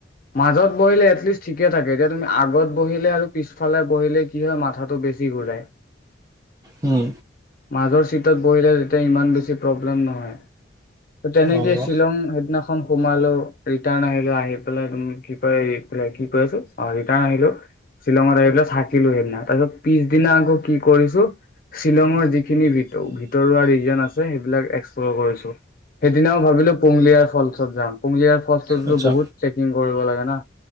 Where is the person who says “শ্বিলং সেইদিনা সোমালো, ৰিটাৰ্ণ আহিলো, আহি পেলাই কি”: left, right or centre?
Left